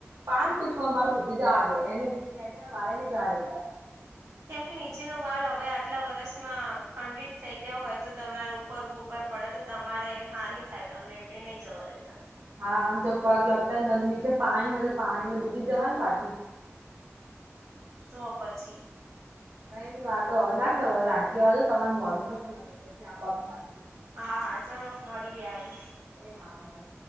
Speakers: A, on the right; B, on the right.
A: પાંચ કે છ માલ સુધી જાડ હે દે એને નેચ વાળ ની જાડે પાછ.
B: કેમ કે નીચેનો માલ હવે આટલા વર્ષમાં ખંડિત થઈ ગયા હોય તો તમારુ ઉપર ઉપર પડે તો તમારે હાનિ થાય તમને એટલે નહી જવા દેતા
A: હા ચોક પગ લપશે ને તો છે પાણી હોય તો પાણી ડૂબી જવાય ને પાછું.
B: તો પછી.
A: કઈ ની વાત તો હવે ના કરવે રાંચી વાજો તમારું મોડું થશે ન તો પછી આ <unintelligible>
B: હા હા ચલો મળીએ આઈ
A: એ હા ભાઈ